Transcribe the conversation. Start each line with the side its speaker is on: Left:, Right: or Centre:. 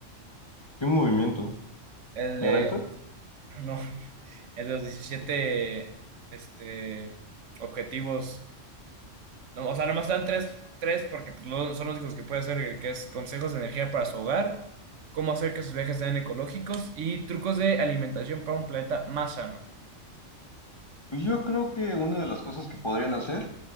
Left: ¿Qué movimiento?
Right: el
Left: ¿Naranja?
Right: de, <laughs> no. en los 17 este, objetivos. No, o sea, nomás dan tres, tres porque pues, lo- son los únicos que puede hacer, el que es consejos de energía para su hogar, cómo hacer que sus viajes sean ecológicos y trucos de alimentación para un planeta más sano.
Left: Pues Yo creo que una de las cosas que podrían hacer